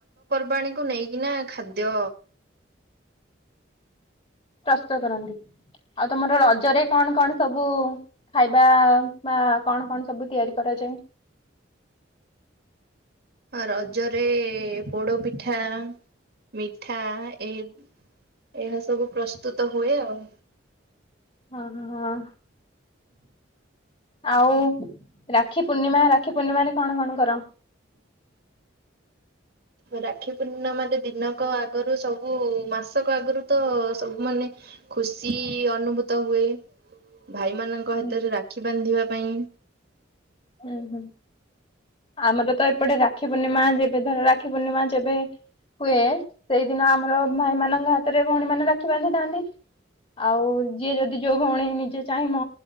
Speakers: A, on the right; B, on the left.
A: ପର୍ବପର୍ବାଣୀକୁ ନେଇକିନା ଖାଦ୍ୟ
B: ପ୍ରସ୍ତୁତ କରନ୍ତି। ଆଉ ତମର ରଜରେ କଣ କଣ ସବୁ ଖାଇବା ବା କଣ କଣ ସବୁ ତିଆରି କରାଯାଏ?
A: ରଜରେ ପୋଡ ପିଠା। ମିଠା ଏଇ ଏହା ସବୁ ପ୍ରସ୍ତୁତ ହୁଏ ଆଉ।
B: ହଁ ହଁ। ଆଉ ରାକ୍ଷୀ ପୂର୍ଣ୍ଣିମା ରାକ୍ଷୀ ପୂର୍ଣ୍ଣିମାରେ କଣ କଣ କର?
A: ରାକ୍ଷୀ ପୂର୍ଣ୍ଣମାରେ ଦିନକ ଆଗରୁ ସବୁ ମାସକ ଆଗରୁ ତ ସବୁ ମାନେ ଖୁସି ଅନୁଭୂତ ହୁଏ। ଭାଇମାନଙ୍କ
B: ହୁଁ
A: ହାତରେ ରାକ୍ଷୀ ବାନ୍ଧିବା ପାଇଁ।
B: ହୁଁ ହୁଁ। ଆମର ତ ଏପଟେ ରାକ୍ଷୀ ପୂର୍ଣ୍ଣିମା ଯେବେ ଧର ରାକ୍ଷୀ ପୂର୍ଣ୍ଣିମା ଯେବେ ହୁଏ ସେଇଦିନ ଆମର ଭାଇ ମାନଙ୍କ ହାତରେ ଭଉଣୀ ମାନେ ରାକ୍ଷୀ ବାନ୍ଧିଥାନ୍ତି। ଆଉ ଯିଏ ଯଦି ଯୋଉ ଭଉଣୀ ନିଜେ ଚାହିଁବ